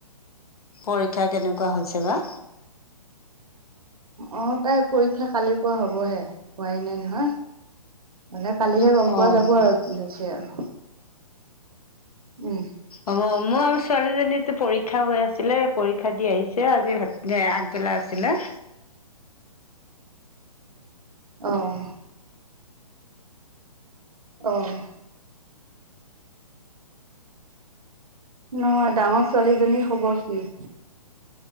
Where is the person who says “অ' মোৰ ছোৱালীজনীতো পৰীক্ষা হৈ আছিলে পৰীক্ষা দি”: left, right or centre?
Left